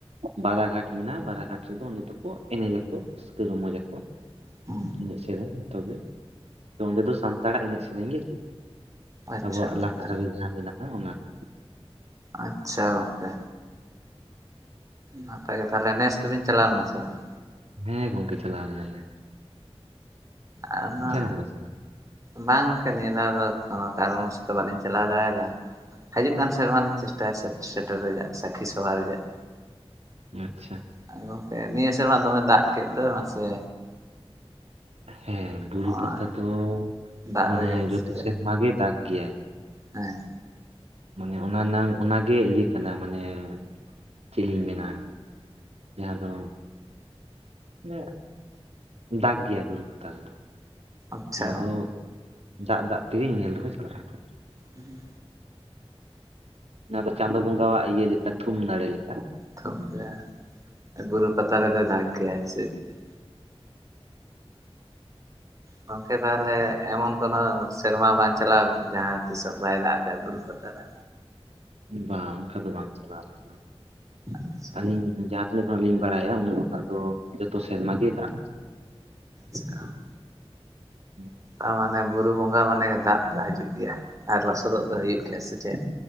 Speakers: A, on the right (about 85°); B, on the right (about 30°).
A: ᱵᱟᱨᱟ ᱜᱷᱟᱴ ᱢᱮᱱᱟᱜ-ᱟ ᱵᱟᱨ ᱜᱷᱟᱴ ᱨᱮᱫᱚ ᱚᱸᱰᱮ ᱫᱚᱠᱚ ᱮᱱᱮᱡᱟᱠᱚ ᱨᱟᱹᱥᱠᱟᱹ ᱨᱚᱢᱚᱡᱟ ᱠᱚ᱾
B: ᱦᱩᱸ
A: ᱮᱱᱮᱡ ᱥᱮᱨᱮᱧ ᱡᱚᱛᱚ ᱜᱮ, ᱚᱸᱰᱮ ᱫᱚ ᱥᱟᱱᱛᱟᱲᱟᱜ ᱮᱱᱮᱡ ᱥᱮᱨᱮᱧ ᱜᱮᱦᱩᱭᱩᱜ-ᱟ᱾
B: ᱟᱪᱪᱷᱟ
A: ᱟᱵᱚᱣᱟᱜ
B: ᱜᱚᱝᱠᱮ
A: ᱞᱟᱠᱪᱟᱨ ᱨᱮ ᱡᱟᱦᱟᱸ ᱢᱮᱱᱟᱜᱼᱟ ᱚᱱᱟ ᱠᱚ᱾
B: ᱟᱪᱪᱷᱟ ᱜᱚᱝᱠᱮ᱾ ᱱᱟᱯᱟᱭ ᱜᱮ ᱛᱟᱦᱚᱞᱮ ᱱᱮᱥ ᱫᱚᱵᱤᱱ ᱪᱟᱞᱟᱣ ᱞᱮᱱᱟ ᱥᱮ ᱵᱟᱝ?
A: ᱦᱮᱸ ᱜᱚᱝᱠᱮ ᱪᱟᱞᱟᱣ ᱞᱮᱱᱟ ᱞᱤᱧ᱾
B: ᱟᱨ ᱚᱱᱟᱼᱼ
A: ᱠᱟᱱᱟ ᱥᱮ ᱵᱟᱝ
B: ᱵᱟᱝ ᱜᱚᱝᱠᱮ ᱱᱤᱭᱟᱹ ᱫᱷᱟᱣ ᱫᱚ ᱠᱚᱱᱚ ᱠᱟᱨᱚᱱ ᱵᱚᱥᱚᱛᱚ ᱵᱟᱹᱞᱤᱧ ᱪᱟᱞᱟᱣ ᱫᱟᱲᱮᱭᱟᱫᱟ, ᱦᱤᱡᱩᱜ ᱠᱟᱱ ᱥᱮᱼᱼ ᱥᱮᱨᱢᱟ ᱞᱤᱧ ᱪᱮᱥᱴᱟᱭᱟ ᱥᱮᱴ ᱥᱮᱴᱮᱨ ᱨᱮᱭᱟᱜ ᱥᱟᱹᱠᱷᱤ ᱥᱚᱵᱷᱟ ᱨᱮᱭᱟᱜ᱾
A: ᱟᱪᱪᱷᱟ᱾
B: ᱟᱨ ᱜᱚᱢᱠᱮ ᱱᱤᱭᱟᱹ ᱥᱮᱨᱢᱟ ᱫᱚᱢᱮ ᱫᱟᱜ ᱠᱮᱫ ᱫᱚᱭ ᱢᱟᱥᱮᱻ
A: ᱦᱮᱸ ᱵᱩᱨᱩ
B: ᱱᱚᱜᱼᱚᱭ
A: ᱯᱟᱛᱟ ᱫᱚ
B: ᱫᱟᱜ
A: ᱢᱟᱱᱮ
B: ᱨᱮᱜᱮ
A: ᱡᱷᱚᱛᱚ
B: ᱥᱮ ᱪᱮᱫ
A: ᱥᱮᱨᱢᱟ ᱜᱮᱭ ᱫᱟᱜᱽ ᱜᱮᱭᱟᱭ᱾
B: ᱦᱮᱸ᱾
A: ᱢᱟᱱᱮ ᱚᱱᱟ ᱨᱮᱱᱟᱝ ᱚᱱᱟ ᱜᱮ ᱤᱭᱟᱹ ᱠᱟᱱᱟ ᱢᱟᱱᱮᱻ ᱪᱮᱫ ᱞᱤᱧ ᱢᱮᱱᱟ᱾ ᱡᱟᱦᱟᱸ ᱫᱚ ᱱᱮ ᱫᱟᱜᱽ ᱜᱮᱭᱟᱭ ᱵᱩᱨᱩ ᱯᱟᱛᱟ ᱨᱮᱫᱚ᱾
B: ᱟᱪᱪᱷᱟ
A: ᱱᱚᱣᱟ ᱫᱚ ᱫᱟᱜ ᱫᱟᱜ ᱛᱮᱜᱮ ᱧᱮᱧᱮᱞ ᱫᱚᱠᱚ ᱪᱟᱞᱟᱜᱼᱟ᱾
B: ᱦᱩᱸ᱾
A: ᱱᱚᱣᱟ ᱫᱚ ᱪᱟᱸᱫᱳ ᱵᱚᱸᱜᱟᱣᱟᱜ ᱤᱭᱟᱹ ᱞᱮᱠᱟ ᱛᱷᱩᱢ ᱫᱟᱲᱮᱹ ᱞᱮᱠᱟ᱾
B: ᱛᱚᱵᱵᱮ ᱵᱩᱨᱩ ᱯᱟᱛᱟ ᱨᱮᱫᱚᱭ ᱫᱟᱜᱽ ᱜᱮᱭᱟᱭ ᱥᱮ ᱪᱮᱫ? ᱜᱚᱢᱠᱮ ᱛᱟᱦᱚᱞᱮ ᱮᱢᱚᱱ ᱠᱳᱱᱳ ᱥᱮᱨᱢᱟ ᱵᱟᱝ ᱪᱟᱞᱟᱣ ᱟᱠᱟᱱᱟ ᱡᱟᱦᱟᱸ ᱛᱤᱥ ᱦᱚᱸ ᱵᱟᱭ ᱫᱟᱜ ᱟᱠᱟᱫ ᱵᱩᱨᱩ ᱯᱟᱛᱟ ᱨᱮ?
A: ᱵᱟᱝ ᱚᱱᱠᱟ ᱫᱚ ᱵᱟᱝ ᱪᱟᱞᱟᱣ ᱟᱠᱟᱱᱟ,
B: ᱟᱪᱪᱷᱟ
A: ᱟᱹᱞᱤᱧᱼᱼ ᱡᱟᱦᱟᱸ ᱛᱤᱱᱟᱹᱜ ᱠᱷᱚᱱᱟᱜ ᱞᱤᱧ ᱵᱟᱲᱟᱭᱟ ᱩᱱᱟᱹᱜ ᱠᱷᱚᱱᱟᱜ ᱫᱚ ᱡᱚᱛᱚ ᱥᱮᱨᱢᱟ ᱜᱮ ᱫᱟᱜ᱾
B: ᱪᱷᱟᱻ
A: ᱦᱩᱸ᱾
B: ᱛᱟ ᱢᱟᱱᱮ ᱵᱩᱨᱩ ᱵᱚᱸᱜᱟ ᱢᱟᱱᱮ ᱜᱮ ᱫᱟᱜ ᱫᱚ ᱦᱤᱡᱩᱜ ᱜᱮᱭᱟ ᱟᱨ ᱞᱚᱥᱚᱫ᱾ ᱜᱚᱫᱚᱜ ᱫᱚ ᱦᱩᱭᱩᱜ ᱜᱮᱭᱟ ᱥᱮ ᱪᱮᱫ?